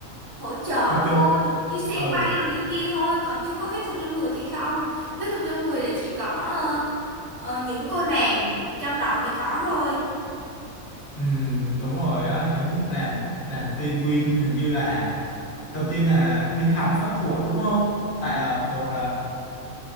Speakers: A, on the right; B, on the left.
A: hỗ trợ
B: Vật
A: thôi
B: dục.
A: như xe
B: Ừ.
A: bay rồi này kia thôi còn chứ có phép thuật trong người thì không phép thuật trong người là chỉ có ờ, ờ, những cô nàng trong đó mới có thôi
B: Ừ, đúng rồi á những làn làn tin Win hình như là đầu tiên là đi học pháp thuật đúng không tại ờ, một ờ,